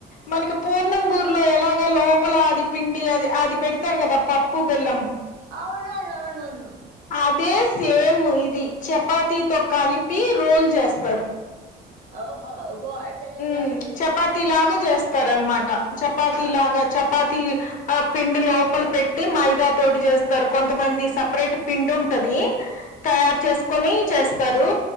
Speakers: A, on the left (about 50°); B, on the right (about 60°).
A: మనకి పూర్ణం బూర్ లో ఎలాగ లోపల అది పిండి అది అది పెడుతారు గదా పప్పు బెల్లం
B: అవునవునవును
A: అదే సేమ్ ఇది చపాతీతో కలి పి రోల్ చేస్తారు
B: ఓహో బాగా చదివింది
A: ఊమ్
B: మేడం అయితే
A: చపాతి లాగా చేస్తారనమాట చపాతి
B: ఆ,
A: లాగా చ పతీ ఆ పిండి లోపల పెట్టి మైదా తోటి చేస్తారు కొంతమంది స పరేట్ పిండి ఉంటది తయారు చేసుకొని చేస్తారు